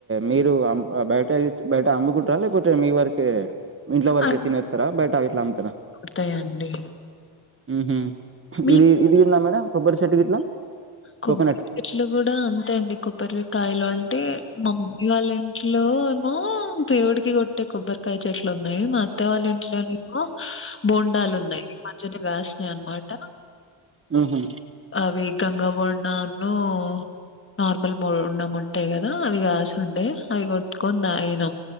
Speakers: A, on the right; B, on the left.
A: మీరు ఆమ్ బయట గిట్ బయట అమ్ముకుంట్ర. లేపోతే మీ వరక్ కె మీ ఇంట్ల వరకే
B: అవి
A: తినేస్తారా. బయటా గిట్లా అంతాదా.
B: కొడతాయండి.
A: ఉహ్మ్ హు
B: మీకు
A: ఇది ఇది <unintelligible> మేడం కొబ్బరి చెట్టు గిట్లా
B: కొబ్బరి
A: కోకోనట్
B: చెెట్లు కూడా అంతే అండి. కొబ్బరికాయలాం అంటే మా మమ్మీ వాళ్ళ ఇంట్లో మో దేవుడికి కొట్టే కొబ్బరికాయ చెట్లు ఉన్నాయి. మా ఆత్ త్త వాాళ ఇంట్లో నేమో బోండాలు ఉన్నాయి. మా చెట్లకు కాసినై అనమాట
A: ఉహ్ హు
B: అవి గంగ బోడంను, నార్మల్ బోన్డం ఉంటాయి కదా. అవి కాసుండే అవి కొట్టుకొని తాగినం.